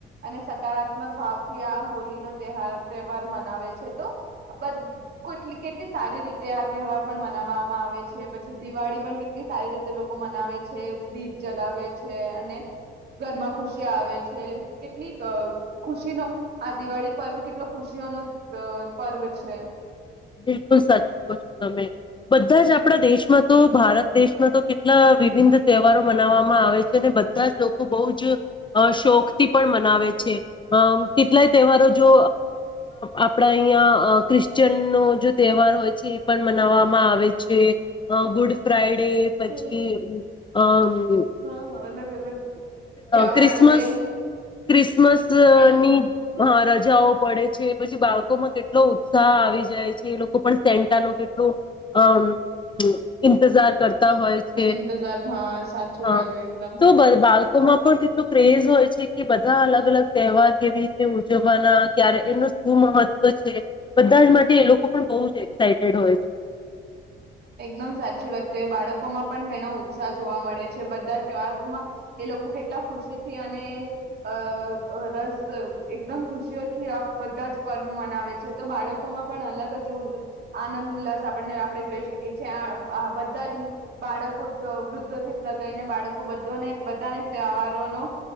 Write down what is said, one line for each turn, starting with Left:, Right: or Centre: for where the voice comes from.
Right: અને સકારાત્મક ભાવથી આ હોલી નો ત તહેવાર મનાવે છે, તો બ ટલી કેટલી સારી રીતે આ તહેવાર પણ મનાવવામાં આવે છે, પછી દિવાળી પણ કેટલી સારી રીતે લોકો મનાવે છે દીપ જલાવે છે, અને ઘરમાં ખુશી આવે છે કેટલીક ખુશીનો આ દિવાળી પર્વ કેટલો ખુશીઓનો પર્વ છે,
Left: બિલકુલ સાચું કહો છો તમે બધા જ આપણા દેશમાં તો ભારત દેશમાં તો કેટલા વિવિન તહેવારો મનાવવામાં આવે છે અને બધા જ લોકો બહ જ શોખ થી પણ મનાવે છે, અ કેટલાય તહેવારો જો આપણા અહીંયા ક્રિશ્ચિયન નો તહેવાર હોય છે એ પણ મનાવામાં આવે છે, ગુડ ફ્રાઈડે તે પછી
Right: હમ
Left: <unintelligible>
Right: હા અલગ અલગ ત્યોહાર
Left: ક્રિસમસ
Right: જે
Left: ક્રિસ્ ક્રિમસ
Right: પણ
Left: ની હા રાજ જોઉ પડે છે પછી બાળકોમાં કેટલો ઉત્સાહ આવી જાય છે, એ લોકો પણ સેન્ટાનો કેટલો અમ ઇંતજાર કર તા હોય છે,
Right: ઇંતજાર હા સાચું
Left: હ
Right: કહ્યું એકદમ
Left: તો બર બાડ લોકોમાં પણ તેટલું ક્રેઝ હોય છે, કે બધા અલગ અલગ તહેવાર કેવી રીતે ઉજવવાના ક્યારે એમનું શું મહત્વ છે. બધા જ માટે એ લોકો પણ બહુ જ એક્સાઈટેડ હોય
Right: એકદમ સાચી વાત કરી બાળકોમાં પણ ઘણો ઉત્સાહ જોવા મળે છે બધાવામાં એ લોકો કેટલા ખુશી થી અને અ રસ એકદમ ખુશીઓથી આ બધા જ પર્વ મનાવે છે, તો બાળકોમાં પણ અલગ જ આનંદ ઉલ્લાસ આપણને આપણે જોઈ શક કિએ છીએ બધા જ બાળકો વૃદ્ધોથી જ લગાવને બાળકો બને બધાને તહેવારોનો